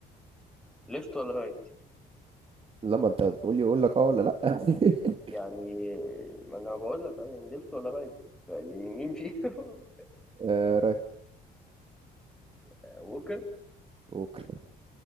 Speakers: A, in the centre; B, on the right.
A: ليفت ولا رايت
B: لما انت تقول لي اقول لك اه ولا لا <laughs>
A: يعني ما انا بقول لك آه، يعني ليفت ولا رايت يعني مين فيهم
B: آه رايت
A: <laughs> ووكر
B: اوكي